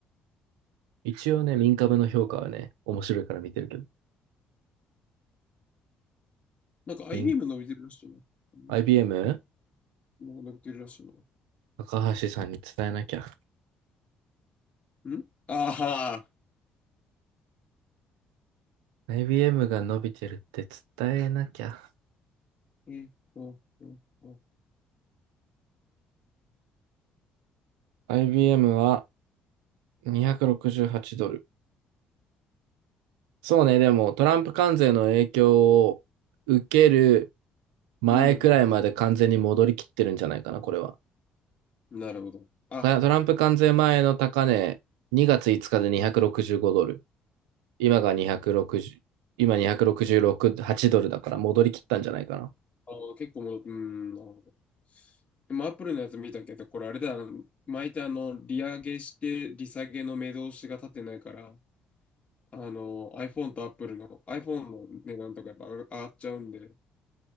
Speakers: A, on the right; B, on the left.
A: 一応ね、民株の評価はね、面白いから見てるけど。
B: なんか IBM
A: 民
B: 伸びてるらしいな。うん。
A: IBM?
B: なんか伸びてるらしい
A: 高橋さんに伝えなきゃ。
B: な。んあは
A: IBM が伸びてるって伝えなきゃ。
B: ー。えっと、えっと
A: IBM は268ドル。そうね、でもトランプ関税の影響を受ける前くらいまで完全に戻りきってるんじゃないかな、
B: うん。
A: これは。
B: なるほど。あ、
A: たトランプ関税前の高値、2月5日で265ドル。今が260、今266、8ドルだから戻りきったんじゃないかな。
B: あー結構もう、うん、なるほど。今、アップルのやつ見たけど、これあれだな、毎回あの、利上げして、利下げの目通しが立ってないから、あの、iPhone と Apple の iPhone の値段とかやっぱ上がっちゃうんで、